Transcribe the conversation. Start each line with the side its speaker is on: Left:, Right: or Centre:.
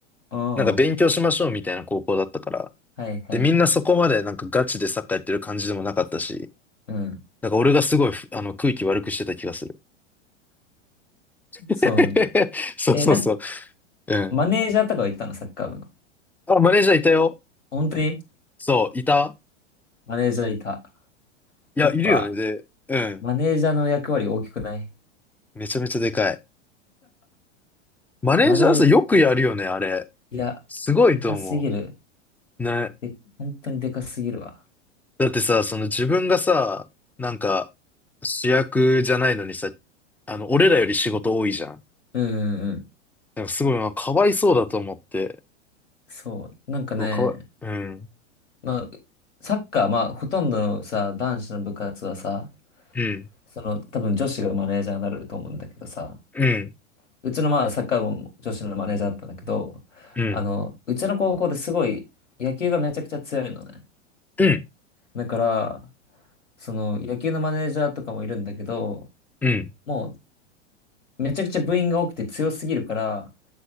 Left: うんうん。
Centre: なんか勉強しましょうみたいな高校だったから、
Left: はいはいはい。
Centre: で、みんなそこまでなんかガチでサッカーやってる感じでもなかったし、
Left: うん。
Centre: なんか俺がすごいふ、あの、空気悪くしてた気がする。<laughs>
Left: そうなんだ。
Centre: そうそうそう。
Left: え、なんか、
Centre: うん。
Left: マネージャーとかはいたのサッカー部の。
Centre: あ、マネージャーいたよ。
Left: 本当に
Centre: そう、いた。
Left: マネージャーいた。
Centre: いや、
Left: やっぱ、
Centre: いるよね。で、うん。
Left: マネージャーの役割大きくない
Centre: めちゃめちゃでかい。マネージャーさ、
Left: マネージ、
Centre: よくやるよね、あれ。
Left: いや、
Centre: すごいと思
Left: でかすぎる。
Centre: う。ね。
Left: で、本当にでかすぎるわ。
Centre: だってさ、その自分がさ、なんか、主役じゃないのにさ、あの、俺らより仕事多いじゃん。
Left: うんうんうん。
Centre: なんかすごいな、まあかわいそうだと思って。
Left: そう。なんかね、
Centre: そうかわい、うん。
Left: まあ、サッカー、まあ、ほとんどのさ、男子の部活はさ、
Centre: うん。
Left: その、多分女子がマネージャーになると思うんだけどさ、
Centre: うん。
Left: うちのまあサッカー部も女子のマネージャーだったんだけど、
Centre: うん。
Left: あの、うちの高校ですごい野球がめちゃくちゃ強いのね。
Centre: うん。
Left: だから、その野球のマネージャーとかもいるんだけど、
Centre: うん。
Left: もうめちゃくちゃ部員が多くて強すぎるから、